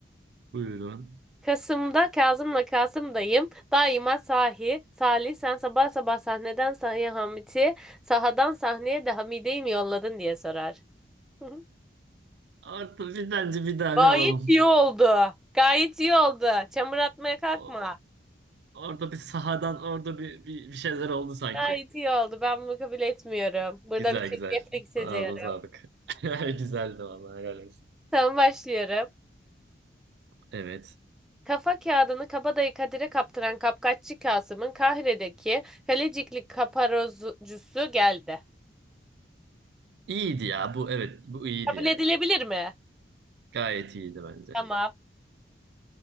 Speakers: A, on the right (about 60°); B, in the centre.
A: Buyurun.
B: Kasım'da Kazım'la Kasım'dayım. Daima sahi. Salih sen sabah sabah sahneden sahaya Hamit'i, sahadan sahneye de Hamide'yi mi yolladın diye sorar. <laughs>
A: Orada bir bence bir daha
B: Gayet
A: bir alalım.
B: iyi oldu. Gayet iyi oldu. Çamur atmaya kalkma.
A: O- orada bir sahadan orada bir, bir, bir şeyler oldu sanki.
B: Gayet iyi oldu. Ben bunu kabul etmiyorum. Burada
A: Güzel
B: bir çirkeflik
A: güzel.
B: seziyorum.
A: Ağzına sağlık. <laughs> Güzeldi vallahi helal olsun.
B: Tamam başlıyorum.
A: Evet.
B: Kafa kağıdını kabadayı Kadir'e kaptıran kapkaççı Kasım'ın Kahire'deki kalecikli kaparozcusu geldi.
A: İyiydi ya bu evet bu iyiydi
B: Kabul
A: yani.
B: edilebilir mi?
A: Gayet iyiydi bence.
B: Tamam.